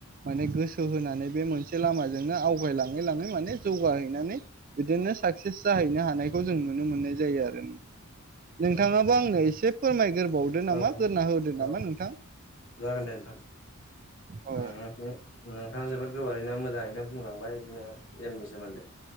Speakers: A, on the right (about 40°); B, on the left (about 55°).
A: माने गोसो होनानै बे मोनसे लामाजोंनो आवगायलाङै लाङै माने जौगाहैनानै बिदिनो साक्सेस जाहैनो हानायखौ जों नुनो मोननाय जायो आरो नों नोंथाङाबो
B: औ
A: आंनो इसे फोरमायग्रोबावदो नामा
B: औ
A: गोरना होदो
B: औ
A: नामा नोंथां?
B: जागोन दे नोंथां
A: औ
B: ओ <unintelligible> थाङा जोबोर गोबारैनो मोजाङैनो बुंलांबाय इदिनो एमनि सोमोन्दै।